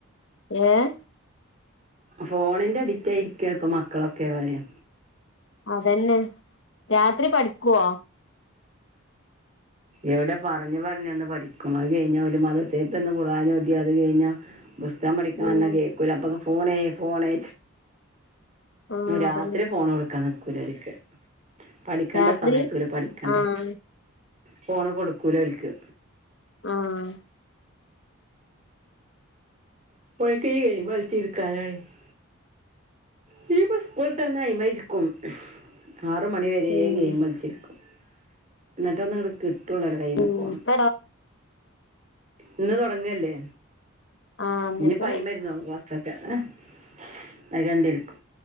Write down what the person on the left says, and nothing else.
ഏഹ്
അതന്നെ രാത്രി പഠിക്കുവോ
ഉം
ആഹ്
അതന്നെ
രാത്രി
ആഹ്
ആഹ്
ഉം
ഉം
ഇപ്പ
ആഹ് ഇന്നിപ്പോ